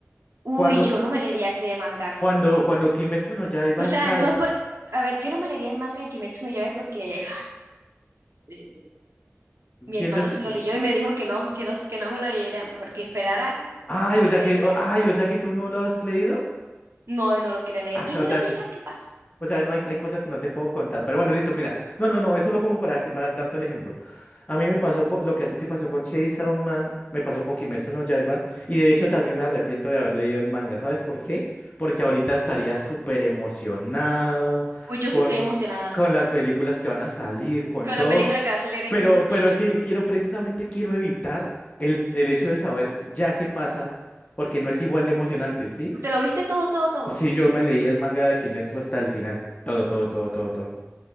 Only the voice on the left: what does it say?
Cuando,
cuando, cuando Kimetsu no Yaiba
sale,
sientes...
Ay,
o
sea
que, ay, o sea que tú no lo has leído.
Ah,
o sea
que...
O sea, no hay, hay cosas que no te puedo contar. Pero bueno, listo, mira. No, no, no, eso lo como para, que- para darte el ejemplo. A mí me pasó co- lo que a ti te pasó con Chainsaw Man, me pasó con Kimetsu no Yaiba. Y de hecho también me arrepiento de haber leído el manga. ¿Sabes por qué? Porque ahorita estaría súper emocionado
con,
con las películas que van a salir, con
todo.
Pero,
pero es que quiero, precisamente quiero evitar el, el hecho de saber ya qué pasa, porque no es igual de emocionante, ¿sí?
Sí, yo me leí el manga de Kimetsu hasta el final. Todo, todo, todo, todo, todo.